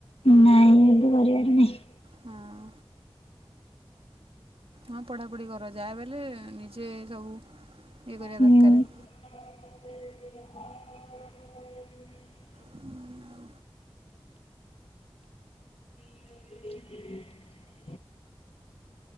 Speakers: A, on the left; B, on the right.
A: ନାଇଁ ଏବେ କରିବାର ନାଇଁ।
B: ହଁ। ହଁ ପଢ଼ାପଢ଼ି କର ଯାହା ବଲେ ନିଜେ ସବୁ ଇଏ କରିବା
A: ହୁଁ
B: ଦରକାର।
A: <inaudible>
B: ହୁଁ ଆଉ।
A: ହୁଁ ହୁଁ।